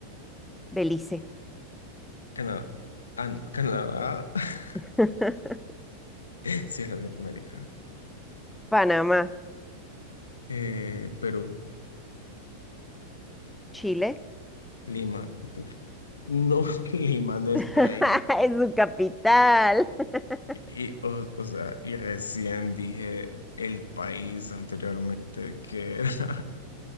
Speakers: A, in the centre; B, on the left.
A: Belice,
B: Canadá. Ah, no, Canadá, <laughs>
A: <laughs>
B: sí es Latinoamérica.
A: Panamá,
B: Eh, Perú,
A: Chile.
B: Lima. No, <laughs> Lima no es
A: <laughs>
B: país.
A: Es su capital. <laughs>
B: Y, o, o sea, y recién dije el país anteriormente que era, <laughs>